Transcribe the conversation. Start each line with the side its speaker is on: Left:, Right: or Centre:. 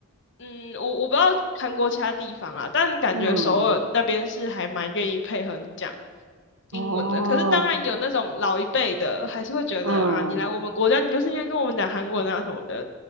Left: 嗯，我我不知道韩国其他地方啊，但感觉首尔那边是还蛮愿意配合你讲。
Right: 嗯，哦，
Left: 英文的，可是当然有那种老一辈的，还是会觉得啊，
Right: 嗯
Left: 你来我们国家，你就是应该跟我们讲韩文啊什么的。